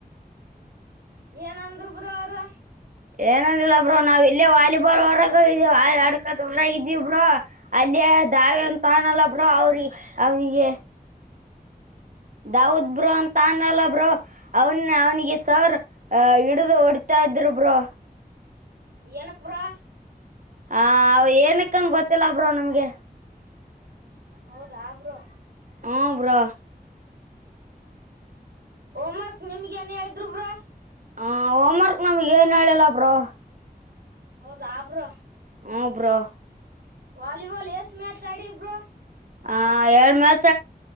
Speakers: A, on the right; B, on the right.
A: ಏನಂದ್ರು ಬ್ರೋ ಅವರು
B: ಏನಂದಿಲ್ಲ ಬ್ರೋ ನಾವ್ ಇಲ್ಲೇ ವಾಲಿಬಾಲ್ ಹೊರಗ ಇದ ಅಡ್ಕದ ಹೊರ ಇದವಿ ಬ್ರೋ ಅಲ್ಲೇ ದಾವಿಂತ ತಾಣಲ್ಲ ಬ್ರೋ ಅವ್ರಿ ಅವನಿಗೆ ದಾವದ್ ಬ್ರೋ ಅಂತಾನಲ್ಲ ಬ್ರೋ ಅವನ್ ಅವ್ನಿಗೆ ಸರ್ ಆ ಹಿಡಿದು ಹೊಡತಾ ಇದ್ರು ಬ್ರೋ
A: ಏನುಕ್ ಬ್ರೋ
B: ಹ ಅವ ಏನಕ್ಕನ್ ಗೊತ್ತಿಲ್ಲ ಬ್ರೋ ನಮ್ಗೆ
A: ಹೌದ ಬ್ರೋ
B: ಹ್ಮ್ ಬ್ರೋ
A: ಹೋಮ್ ವರ್ಕ್ ನಿಮ್ಗೆ ಏನ್ ಹೇಳಿದ್ರು ಬ್ರೋ
B: ಹ ಹೋಮ್ ವರ್ಕ್ ನಮ್ಗೆ ಏನ್ ಹೇಳಿಲ್ಲ ಬ್ರೋ
A: ಹೌದಾ ಬ್ರೋ
B: ಹೂ ಬ್ರೋ
A: ವಾಲಿಬಾಲ್ ಎಸ್ ಮ್ಯಾಚ್ ಆಡಿ ಬ್ರೋ
B: ಹಾ ಎರಡು